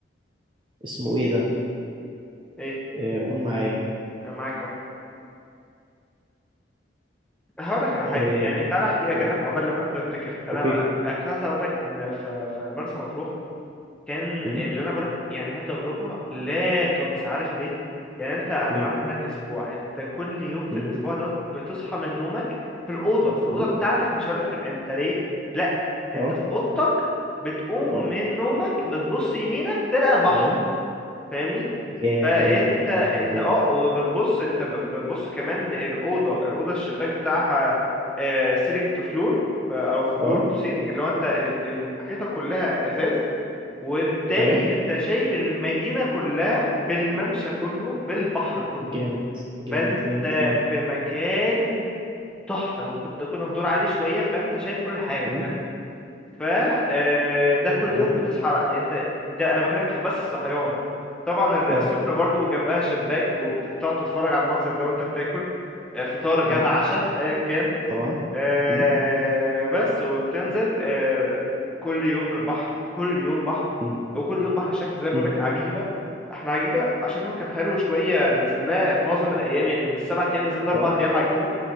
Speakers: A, on the right (about 25°); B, in the centre.
A: اسمه ايه ده
B: ايه
A: آه، قول معايا
B: انا معاك اهو هقول لك على حاجة
A: آه،
B: يعني تعالى احكي لك
A: قول
B: انا
A: لي
B: عقبال لما انت تفتكر انا
A: اوكي
B: كنت عايز اقول لك ان في في مرسى مطروح كان
A: امم
B: اللي انا بقولك يعني هي تجربه لا تنسى عارف ليه يعني انت احنا
A: ليه
B: قعدنا هناك اسبوع انت كل يوم في
A: امم
B: الاسبوع دوت بتصحى من نومك في الاوضه في الاوضه
A: امم
B: بتاعتك مش هقولك في الانتريه لا انت
A: اه
B: في اوضتك بتقوم
A: اه
B: من نومك بتبص يمينك تلقى البحر
A: ايوه
B: فاهمني
A: يا
B: فانت
A: ده ايه ده ده
B: انت
A: جامدة
B: اه
A: جدا
B: وبتبص انت ب- بتبص كمان الاوضه الاوضه الشباك بتاعها سيلينج تو فلور او فلور
A: اه
B: تو سيلينج اللي هو انت ال- الحيطه كلها ازاز وبالتالي
A: ايوه
B: انت شايف المدينة كلها بالممشى كله بالبحر كله
A: جامد
B: فانت
A: جامد جامد جامد
B: في مكان تحفة وكنت كنا في دور عالي شوية فانت شايف كل حاجة
A: امم
B: بجد ف آه، ده كل
A: اه
B: يوم بتصحى على- انت ده انا بكلمك في بس الصحيان طبعا ال-
A: اه
B: السفرة برضو جنبها شباك وبتقعد تتفرج على المنظر ده وانت بتاكل آه، فطار غدا
A: آه،
B: عشاء ايا كان
A: طبعا
B: آه
A: امم
B: بس وبتنزل آه كل يوم البحر كل يوم بحر
A: امم
B: وكل يوم بحر شكل زي بقولك
A: امم
B: عجيبة احنا عجيبة عشان هو كان حلو شوية نزلناه معظم الأيام يعني من السبع أيام نزلنا أربع
A: اه
B: أيام عجيبة